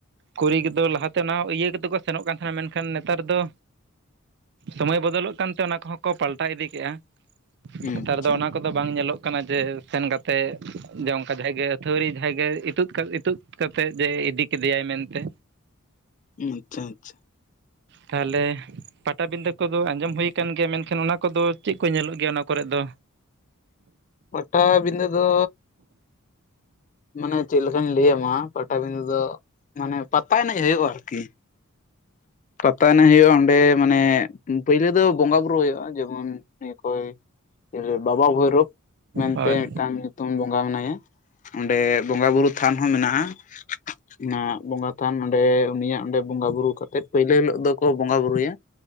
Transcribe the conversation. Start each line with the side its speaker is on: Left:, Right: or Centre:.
Right: ᱠᱩᱲᱤ ᱜᱤᱫᱽᱨᱟ. ᱞᱟᱦᱟ ᱛᱮ ᱚᱱᱟ ᱤᱭᱟᱹ ᱠᱟᱛᱮ ᱠᱚ ᱥᱮᱱᱚᱜ ᱠᱟᱱ ᱛᱟᱦᱮᱱᱟ ᱢᱮᱱᱠᱷᱟᱱ ᱱᱮᱛᱟᱨ ᱫᱚ ᱥᱚᱢᱚᱭ ᱵᱚᱫᱚᱞᱚᱜ ᱠᱟᱱᱛᱮ ᱚᱱᱟ ᱠᱚᱦᱚᱸ ᱠᱚ ᱯᱟᱞᱴᱟᱣ ᱤᱫᱤ ᱠᱮᱜᱼᱟ᱾ ᱱᱮᱛᱟᱨ
Left: ᱟᱪᱪᱷᱟ
Right: ᱫᱚ ᱚᱱᱟ ᱠᱚᱫᱚ ᱵᱟᱝ ᱧᱮᱞᱚᱜ ᱠᱟᱱᱟ ᱡᱮ ᱥᱮᱱ ᱠᱟᱛᱮ ᱡᱮ ᱚᱱᱠᱟ ᱡᱟᱸᱦᱟᱭ ᱜᱮ ᱟᱹᱛᱷᱟ. ᱣᱲᱤ ᱡᱟᱸᱦᱟᱸ ᱜᱮ ᱤᱛᱩᱫ ᱤᱛᱩᱫ ᱠᱟᱛᱮᱫ ᱡᱮ ᱤᱫᱤ ᱠᱮᱫᱮᱭᱟᱭ ᱢᱮᱱᱛᱮ᱾
Left: ᱟᱪᱪᱷᱟ ᱟᱪᱪᱷᱟ
Right: ᱛᱟᱦᱚᱞᱮ ᱯᱟᱴᱟ ᱵᱤᱸᱫᱷᱟᱹ ᱠᱚᱫᱚ ᱟᱸᱡᱚᱢ ᱦᱩᱭ ᱟᱠᱟᱱ ᱜᱮᱭᱟ ᱢᱮᱱᱠᱷᱟᱱ ᱚᱱᱟ ᱠᱚᱫᱚ ᱪᱮᱫ ᱠᱚ ᱧᱮᱞᱚᱜ ᱜᱮᱭᱟ ᱚᱱᱟ ᱠᱚᱨᱮᱫ ᱫᱚ᱾
Left: ᱯᱟᱴᱟ ᱵᱤᱸᱫᱷᱟᱹ ᱫᱚ ᱢᱟᱱᱮ ᱪᱮᱫ ᱞᱮᱠᱟᱧ ᱞᱟᱹᱭ ᱟᱢᱟ ᱯᱟᱴᱟ ᱵᱤᱸᱫᱷᱟᱹ ᱫᱚ ᱢᱟᱱᱮ ᱯᱟᱛᱟ ᱮᱱᱮᱡ ᱦᱩᱭᱩᱜᱼᱟ ᱟᱨᱠᱤ᱾ ᱯᱟᱛᱟ ᱮᱱᱮᱡ ᱦᱩᱭᱩᱜᱼᱟ ᱚᱸᱰᱮ ᱢᱟᱱᱮ ᱯᱳᱭᱞᱳ ᱫᱚ ᱵᱚᱸᱜᱟ ᱵᱩᱨᱩ ᱦᱩᱭᱩᱜᱼᱟ, ᱡᱮᱢᱚᱱ ᱤᱭᱟᱹ ᱠᱚᱭ ᱵᱟᱵᱟ ᱵᱷᱳᱭᱨᱳᱵ ᱢᱮᱱᱛᱮ
Right: ᱦᱳᱭ
Left: ᱢᱤᱫᱴᱟᱝ ᱧᱩᱛᱩᱢ ᱵᱚᱸᱜᱟ ᱢᱮᱱᱟᱭᱟ᱾ ᱚᱸᱰᱮ ᱵᱚᱸᱜᱟ ᱵᱩᱨᱩ ᱛᱷᱟᱱ ᱦᱚᱸ ᱢᱮᱱᱟᱜᱼᱟ᱾ ᱚᱱᱟ ᱵᱚᱸᱜᱟ ᱛᱷᱟᱱ ᱚᱸᱰᱮ ᱩᱱᱤᱭᱟᱜ ᱚᱸᱰᱮ ᱵᱚᱸᱜᱟ ᱵᱩᱨᱩ ᱠᱟᱛᱮᱫ᱾ ᱯᱟ. ᱭᱞᱟ. ᱦᱤᱞᱳᱜ ᱫᱚᱠᱚ ᱵᱚᱸᱜᱟ ᱵᱩᱨᱩᱭᱟ